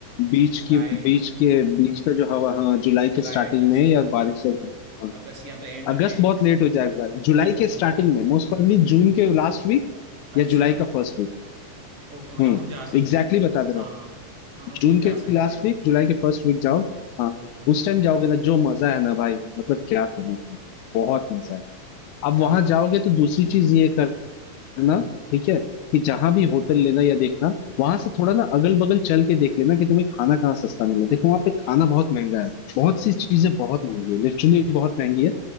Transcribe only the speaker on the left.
बीच
की बीच के बीच का जो हवा हाँ जुलाई
के स्टार्टिंग
में या
बारिश जब हाँ
अगस्त
बहुत लेट हो जाएगा जुलाई
के स्टार्टिंग में मोस्ट
प्रोबेबली
जून के लास्ट वीक
या जुलाई का फर्स्ट वीक
हम्म
एग्जैक्टली
exactly बता दे रहा
हूँ
जून
के
लास्ट
वीक जुलाई के फर्स्ट वीक जाओ हाँ
उस टाइम जाओगे ना जो मजा है ना भाई मतलब क्या करोगे बहुत मजा है अब
वहां जाओगे तो दूसरी चीज ये कर करना
ठीक है कि जहां भी होटल लेना या देखना वहां से थोड़ा ना अगल बगल चल के देख लेना कि तुम्हें खाना कहाँ सस्ता मिला देखो वहां पे खाना बहुत महंगा है बहुत सी चीजें बहुत महंगी है लिटरली
बहुत महंगी
है